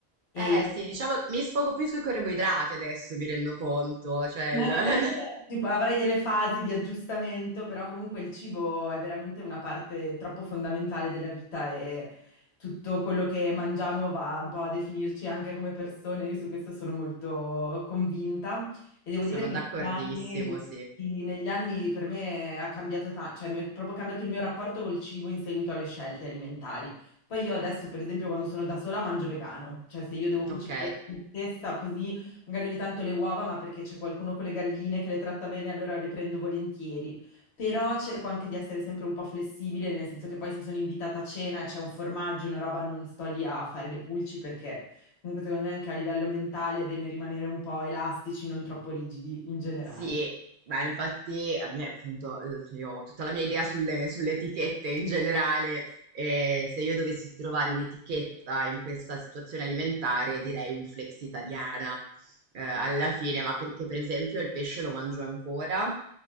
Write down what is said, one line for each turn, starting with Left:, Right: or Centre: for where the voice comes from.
Left: E
Right: Eh
Left: Sì.
Right: sì, diciamo mi sfogo più sui carboidrati adesso, mi rendo conto, cioè
Left: Ma
Right: il-
Left: secondo me tipo, avrai delle fasi di aggiustamento, però comunque il cibo è veramente una parte troppo fondamentale della vita e tutto quello che mangiamo va un po' a definirci anche come persone. Io su questo sono molto convinta e devo
Right: <laughs> sono
Left: dire che
Right: d'accordissimo,
Left: negli anni,
Right: sì.
Left: sì, negli anni per me ha cambiato tanto, cioè mi è proprio cambiato il mio rapporto col cibo in seguito alle scelte alimentari. Poi io adesso, per esempio, quando sono da sola mangio vegano, cioè se io devo cucinare
Right: Ok.
Left: per me stessa così Magari ogni tanto le uova, ma perché c'è qualcuno con le galline che le tratta bene, allora le prendo volentieri. Però cerco anche di essere sempre un po' flessibile, nel senso che poi se sono invitata a cena e c'è un formaggio, una roba, non sto lì a fare le pulci perché comunque secondo me anche a livello mentale è bene rimanere un po' elastici, non troppo rigidi in generale.
Right: Sì, ma infatti a me appunto, uhm, cioè io ho tutta la mia idea sulle sulle etichette in generale, e se io dovessi trovare un'etichetta in questa situazione alimentare direi un flexitariana, uhm, alla fine, ma perché per esempio il pesce lo mangio ancora, uhm,